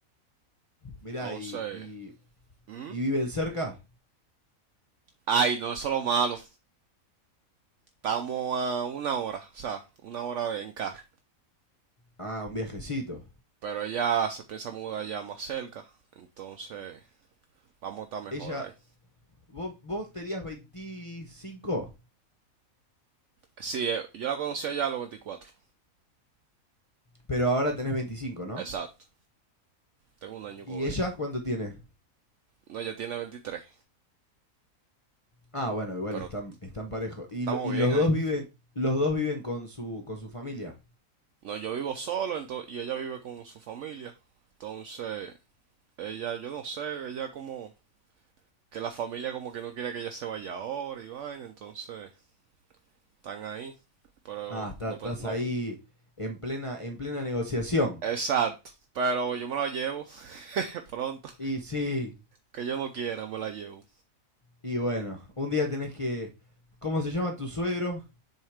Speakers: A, on the left; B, on the right.
A: Mirá,
B: Entonces,
A: y, y,
B: ¿hmm?
A: y viven cerca.
B: ay, no, eso es lo malo. Estamos a una hora, o sea, una hora de, en carro.
A: Ah, un viajecito.
B: Pero ella se piensa mudar ya más cerca. Entonces, vamos a estar mejor
A: Ella,
B: ahí.
A: vos, vos tenías 25,
B: Sí, eh, yo la conocí allá a los 24.
A: pero ahora tenés veinticinco, ¿no?
B: Exacto. Tengo un año
A: ¿Y
B: con
A: ella
B: ella.
A: cuánto tiene?
B: No, ella tiene 23.
A: Ah, bueno, igual
B: Pero
A: están, están parejos. Y,
B: estamos
A: y
B: bien
A: los
B: ahí.
A: dos viven, los dos viven con su, con su familia.
B: No, yo vivo solo ento- y ella vive con su familia. Entonces, ella, yo no sé, ella como que la familia como que no quiere que ella se vaya ahora y vaina, entonces están ahí. Pero
A: Ah, está-
B: no,
A: estás
B: pe- no,
A: ahí en plena, en plena negociación.
B: exacto. Pero yo me la llevo <laughs> de pronto,
A: Y sí,
B: que yo no quiera, me la llevo.
A: y bueno, un día tenés que. ¿Cómo se llama tu suegro?